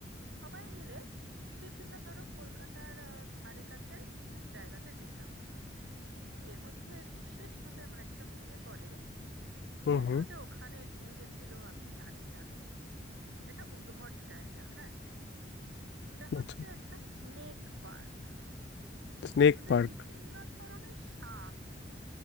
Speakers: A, on the right; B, on the left.
A: সবাই মিলে বিভিন্ন ধরো কলকাতার আহ, ধারে কাছে জায়গাতে যেতাম এর মধ্যে বিশেষভাবে আমার একটা মনে পড়ে
B: হুম
A: কেন
B: হুম
A: যে ওখানে নিয়ে গেছিল আমি জানি না এটা উদ্ভট জায়গা হ্যাঁ এটা হচ্ছে
B: আচ্ছা
A: একটা স্নেক পার্ক
B: Snake
A: মানে
B: park
A: বিভিন্ন ধরনের সাপ